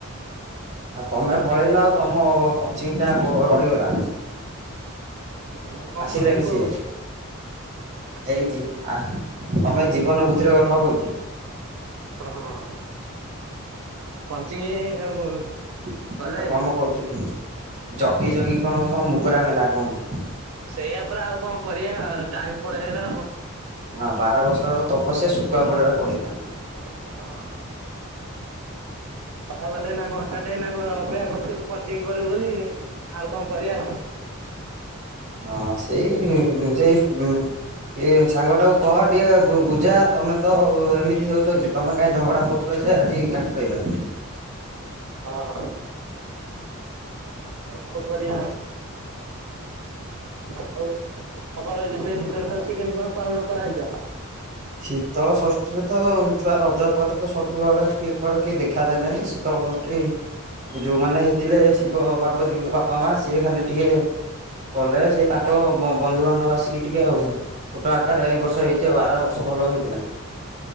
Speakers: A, on the right; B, on the right.
A: ଆଉ ତମେ ପଳେଇଲ ଆଉ ତମ ପଞ୍ଚିଙ୍ଗଟା ମର ରହିଗଲା।
B: ଆଉ କଣ
A: ଆସିଲେଣି
B: କରିବୁ
A: ସି
B: ଆସେ
A: ଏଇଛି ଆ ତମେ ଜୀବନ ବୁଦ୍ଧିରେ ଗଲେ ହବ କି।
B: ହଁ ପଞ୍ଚିଙ୍ଗ ଆଉ
A: <unintelligible>
B: ଗଲେ ହେରି
A: କହୁଥିଲି ଜଗି ଜଗି କଣ କ ମୁଗରା ମେଲା କୁହନ୍ତି।
B: ସେଇଆ ପରା ଆଉ କଣ କରିବା ଟାଇମ ପଳେଇଲା।
A: ହଁ ବାର ବର୍ଷର ତପସ୍ୟା ଶୁଖୁଆ ପଡାରେ ପଳେଇଲା।
B: ହ ବାହା ନା ଘଣ୍ଟା ଟେ ଅପେକ୍ଷା କରିଥିଲୁ ପଞ୍ଚି କରିବୁ ବୋଲି ଆଉ କଣ କରିବା।
A: ହଁ, ସେଇ ସେଇ ଇଏ ସାଙ୍ଗ ଟାକୁ କହ ଟିକେ ଵୁ ବୁଝା, ତମେ ତ ଏମିତି ହଉଛ କି? ତମେ କାହିଁ ଝଗଡ଼ା କରୁଥିଲ ଯେ ଆଜି କାଟି ପାଇଲନି।
B: ହଁ ହଁ। କଣ କରିଆ? ଆଉ ଆମର ଯେବେ ଶୀତଳେ ଶଷ୍ଟି କେମିତି କଣ ପାଳନ କରାଇଚା।
A: ଶୀତଳ ଷଷ୍ଠୀରେ ତ ଛୁଆ ରଜ ପରେ ତ ସବୁବେଳେ କିଏ କୁଆଡେ କିଏ ଦେଖାଦେଲେନି। ସି ତ ସଷ୍ଟି ଯୋଉମାନେ ହେଇଥିଲେ ଶିବ ପାର୍ବତୀଙ୍କ ବାପା ମା ସିଏ ଖାଲି ଟିକେ କଲେ ସେଇ ତାଙ୍କ ବ ବନ୍ଧୁବାନ୍ଧବ ଆସିକି ଟିକେ ଆଉ, ଛୋଟ ଆକାରରେ ଏଇ ବର୍ଷ ହେଇଛି ଆଉ, ଆର ସବୁ ଭଲ ହେଇଥିଲା।